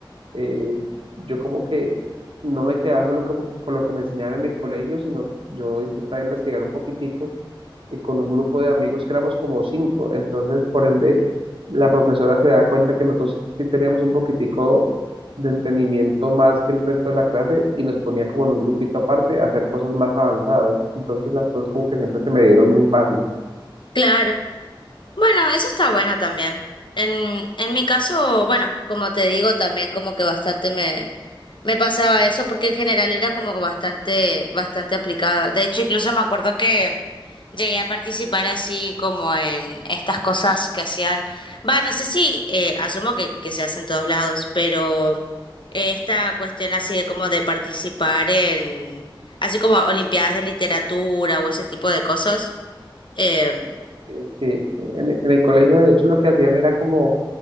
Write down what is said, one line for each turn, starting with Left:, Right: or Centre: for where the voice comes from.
Right: eh, yo como que no me quedaba solo como con lo que me enseñaron en el colegio, sino yo intentaba investigar un poquitico y con un grupo de amigos que éramos como cinco. Entonces, por ende, la profesora se da cuenta que nosotros sí teníamos un poquitico de entendimiento más que el resto de la clase y nos ponía como en un grupito aparte a hacer cosas más avanzadas. Entonces las cosas como que siempre se me dieron muy fácil.
Left: Claro. Bueno, eso está bueno también. En, en mi caso, bueno, como te digo, también como que bastante me Me pasaba eso porque en general era como bastante, bastante aplicada. De hecho, incluso me acuerdo que llegué a participar así como en estas cosas que hacían. Va, no sé si, eh, asumo que, que se hace en todos lados, pero esta cuestión así de como de participar en, así como olimpiadas de literatura o ese tipo de cosas. em,
Right: Eh, Sí, en, en el colegio de hecho lo que hacían era como